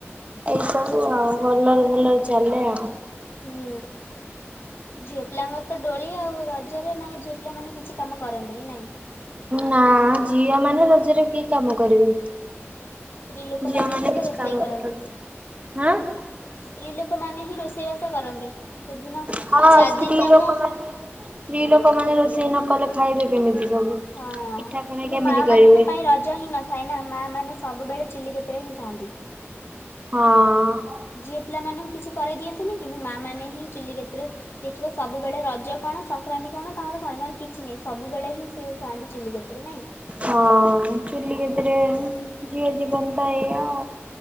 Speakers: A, on the right (about 30°); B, on the left (about 55°).
A: ଏଇ
B: ଓ
A: ସବୁ
B: ଆଚ୍ଛା
A: ଆଉ ଭଲରେ ଭଲରେ ଚାଲେ ଆଉ।
B: ହୁଁ ଝିଅ ପିଲାଙ୍କ ର ତ। ଦୋଳି ଆଉ ରଜରେ ମାନେ ଝିଅ ପିଲା ମାନେ କିଛି କାମ କରନ୍ତିନି ନାଇଁ।
A: ନା ଝିଅ ମାନେ ରଜରେ କି କାମ କରିବେ।
B: ଲୋକମାନେ
A: ଝିଅ ମାନେ
B: ହିଁ ତ
A: କିଛି
B: ରୋଷେଇ
A: କାମ
B: କରନ୍ତି।
A: କରନ୍ତିନି ହାଁ।
B: ସ୍ତ୍ରୀ ଲୋକ ମାନେ ହିଁ ରୋଷେଇ ବାସ କରନ୍ତି ସେଦିନ
A: ହଁ
B: ଚାରି
A: ସ୍ତ୍ରୀ
B: ଦିନ ଯାକ।
A: ଲୋକମାନେ ସ୍ତ୍ରୀ ଲୋକମାନେ ରୋଷେଇ ନ କଲେ ଖାଇବେ କେମିତି ସବୁ।
B: ହଁ
A: ପିଠା ପଣା
B: କିନ୍ତୁ
A: କେମିତି
B: ମା
A: କରିବେ?
B: ମାନଙ୍କ ପାଇଁ ରଜ ହିଁ ନ ନ ଥାଏ ନା ମା ମାନେ ସୁବେଳେ ଚୁଲି କତିରେ ହିଁ ଥାଆନ୍ତି।
A: ହଁ।
B: ଝିଅ ପିଲାମାନାନଙ୍କୁ କିଛି କରାଇ ଦିଅନ୍ତିନି କିନ୍ତୁ ମା ମାନେ ହିଁ ଚୁଲି କତିରେ। ଦେଖିବ ସବୁବେଳେ ରଜ କଣ ସଂକ୍ରାନ୍ତି କଣ ତାଙ୍କର ପର୍ବ କିଛି ନାହିଁ ସବୁବେଳେ ହିଁ ସିଏ ଥାନ୍ତି ଚୁଲି କତିରେ ନାଇଁ।
A: ହଁ ଚୁଲି କେତିରେ ଝିଅ ଜୀବନ ତ ଏଇ ଆଉ।